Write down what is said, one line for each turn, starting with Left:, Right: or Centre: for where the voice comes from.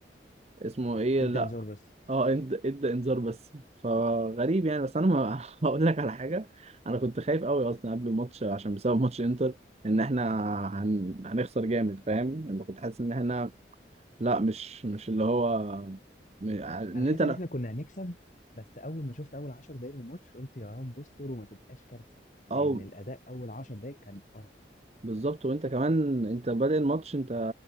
Right: اسمه ايه
Left: ادى
Right: لا
Left: انذار بس
Right: اه ادى ادى انذار بس فغريب يعني بس انا ما <laughs> هقول لك على حاجه انا كنت خايف قوي اصلا قبل الماتش عشان بسبب ماتش انتر ان احنا هن... هنخسر جامد فاهم انا كنت حاسس ان احنا لا مش مش اللي هو م- ان
Left: انا حاسس
Right: انت
Left: ان
Right: لا
Left: احنا كنا هنكسب بس اول ما شفت اول 10 دقايق من الماتش قلت يا رب استر وما تبقاش كارثه لان
Right: او
Left: الاداء اول 10 دقايق كان قرف
Right: بالظبط وانت كمان انت بادئ الماتش انت